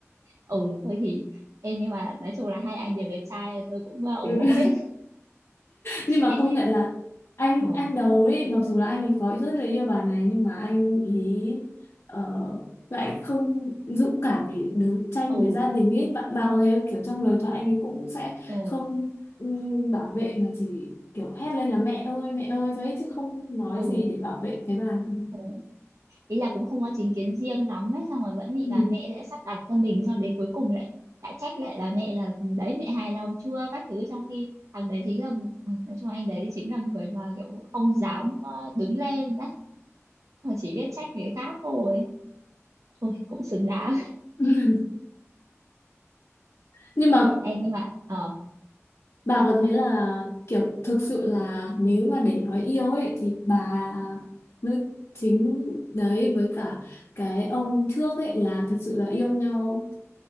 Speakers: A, on the right (about 85°); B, on the left (about 65°).
A: ừ thôi thì em nhưng mà nói chung là hai anh đều đẹp trai tôi cũng ờ, ủng
B: Ừ.
A: hộ hết
B: nhưng mà
A: <laughs> em
B: công nhận là anh
A: ừ
B: anh đầu ấy mặc dù là anh ấy có rất là yêu bà này nhưng mà anh ý ờ, lại không dũng cảm để đấu tranh
A: ừ
B: với gia đình ấy bạn bảo thế kiểu trong lời thoại anh ấy cũng sẽ
A: ừ
B: không ừm, bảo vệ mà chỉ kiểu hét lên là mẹ ơi mẹ ơi thôi ấy, chứ không nói
A: ừ
B: gì để bảo vệ cái bà
A: ừ. ý là cũng không có chính kiến riêng lắm ấy xong rồi vẫn bị
B: Ừ.
A: bà mẹ sẽ sắp đặt cho mình xong đến cuối cùng lại lại trách lại bà mẹ là ừ, đấy mẹ hài lòng chưa các thứ trong khi thằng đấy chính là ừ, nói chung anh đấy chính là người mà kiểu không dám ờ, đứng lên đấy mà chỉ biết trách người khác thôi tôi cũng xứng đáng
B: <laughs> nhưng mà
A: em nhưng mà ờ
B: Bà có thấy là kiểu thực sự là nếu mà để nói yêu ấy thì bà nữ chính đấy với cả cái ông trước ấy là thực sự là yêu nhau